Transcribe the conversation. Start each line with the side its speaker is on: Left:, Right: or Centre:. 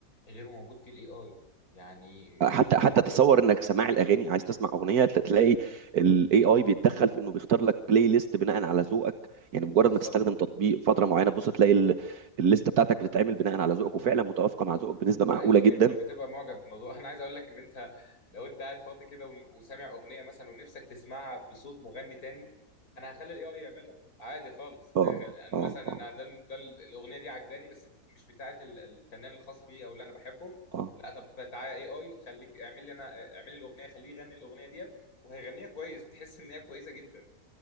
Left: غير موجود فيه الاي اي يعني
Right: حتى
Left: م-
Right: حتى
Left: م-
Right: تصور انك سماع الاغاني عايز تسمع اغنيه تل- تلاقي الاي اي بيتدخل في انه بيختار لك بلاي ليست بناء على ذوقك يعني مجرد
Left: بالظبط
Right: ما تستخدم تطبيق فتره معينه تبص تلاقي ال- الليسته بتاعتك بتتعمل بناء على ذوقك وفعلا متوافقه مع ذوقك بنسبه معقوله
Left: ايوه
Right: جدا
Left: جدا بتبقى معجب بالموضوع انا عايز اقول لك ان انت لو انت قاعد فاضي كده ون- وسامع اغنيه مثلا ونفسك تسمعها بصوت مغني تاني انا هخلي الاي اي يعملها عادي خالص
Right: اه
Left: يعني غ-
Right: اه
Left: مثلا
Right: اه
Left: انا ده ده الاغنيه دي عجباني بس مش بتاعه ال- الفنان الخاص بي او اللي انا بحبه
Right: اه
Left: لا طب تعالى اي اي خليك اعمل لي انا اعمل لي الاغنيه خليه يغني الاغنيه ديت وهيغنيها كويس هتحس ان هي كويسه جدا